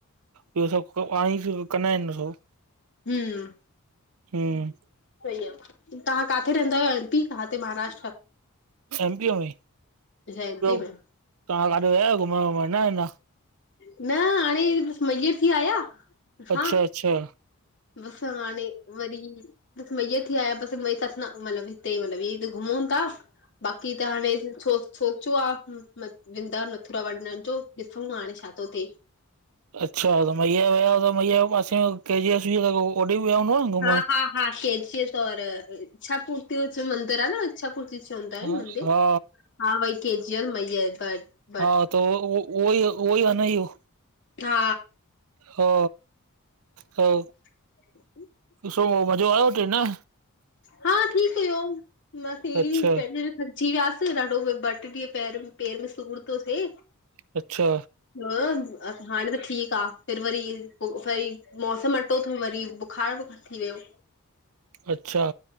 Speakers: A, on the right; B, on the left.
A: ॿियो सभु पाडई कंदा आहिनि <unintelligible>
B: हम
A: हम
B: सही आहे तव्हां किथे रहंदा आहियो एम पी मा त महारा <unintelligible>
A: एम पीअ में
B: एम
A: ॿियो
B: पी में
A: तव्हां काॾे वया आहियो घुमड़ वुमड़ न अञा
B: न हाणे महियर थी आया हा
A: अच्छा अच्छा
B: बस हाणे वरी बस महियर थी आया बसई तस <unintelligible> न मतलब हिते मतलब ईते घुमूं था बाक़ी त हाणे सोचो आहे वृंदा मथुरा वञण जो ॾिसूं था हाणे छा थो थिए
A: अच्छा त महियर विया हुआ त मैया जे पासे में के एस <unintelligible> आहे ओॾे बि विया हूंदो न घुमण
B: हा हा हा कैजी <unintelligible> तौर छा पूर्ती हुजे मंदर आहे न इच्छापुर्ती चंवदा आहिन
A: हा
B: मंदर
A: हा
B: हा भई के जी र मै बट <unintelligible>
A: हा त उहोई उहोई आहे न इयो
B: हा
A: हा ह
B: <inaudible>
A: पो मज़ो आयो उते, न।
B: हा ठीकु हुयो बस सीढी़
A: अच्छा
B: चढ़ अची वियास, ॾाढो ॿ टे ॾींहं पेहरूं पेर में सूर तो थे।
A: अच्छा।
B: ह हाणे त ठीकु आहे फिर वरी, वरी मौसम मटो थो वरी बुखार थी वयो
A: अच्छा,